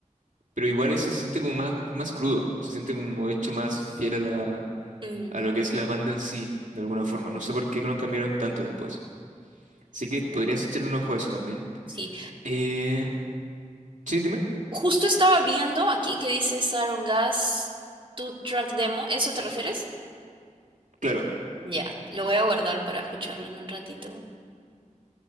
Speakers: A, on the right; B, on the right.
A: Pero igual eso se siente como más, más crudo, se siente como hecho más fiel a la,
B: Ujú.
A: a lo que es la banda en sí, de alguna forma. No sé por qué lo cambiaron tanto después. Así que podrías
B: Venga.
A: echarle un ojo a eso también.
B: Sí.
A: Eh, sí, dime.
B: Justo estaba viendo aquí que dice Saron Gas, tu track demo. ¿Eso te refieres?
A: Claro.
B: Ya, lo voy a guardar para escucharlo en un ratito.